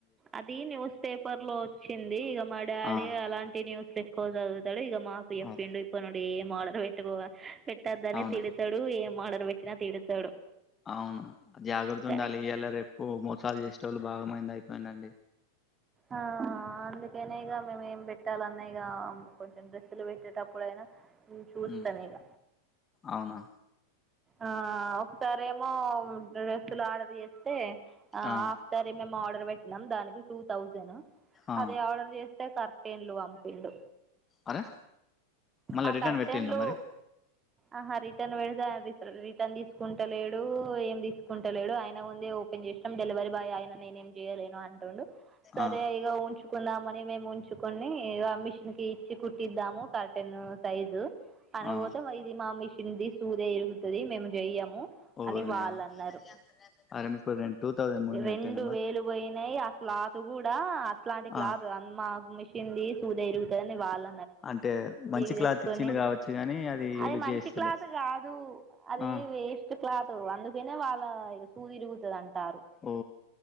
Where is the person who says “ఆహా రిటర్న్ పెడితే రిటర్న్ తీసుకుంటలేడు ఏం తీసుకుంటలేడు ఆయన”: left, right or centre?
Right